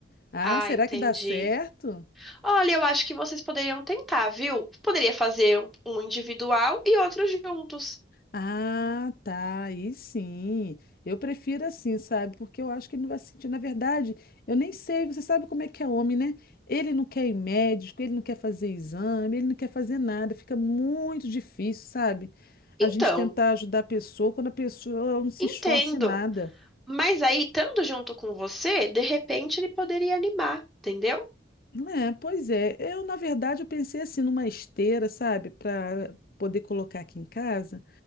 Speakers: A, on the left; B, in the centre.
A: Ah,
B: Ah,
A: será
B: entendi.
A: que dá certo?
B: Olha, eu acho que vocês poderiam tentar, viu? Poderia fazer um um individual e outro juntos.
A: Ah, tá, aí sim. Eu prefiro assim, sabe? Porque eu acho que ele não vai se sentir. Na verdade, eu nem sei, você sabe como é que é homem, né? Ele não quer ir médico, ele não quer fazer exame, ele não quer fazer nada. Fica muito difícil, sabe?
B: Então,
A: A gente tentar ajudar a pessoa quando a pessoa não se
B: entendo.
A: esforça em nada.
B: Mas aí, estando junto com você, de repente ele poderia animar, entendeu?
A: É, pois é. Eu, na verdade, eu pensei assim numa esteira, sabe? Para poder colocar aqui em casa,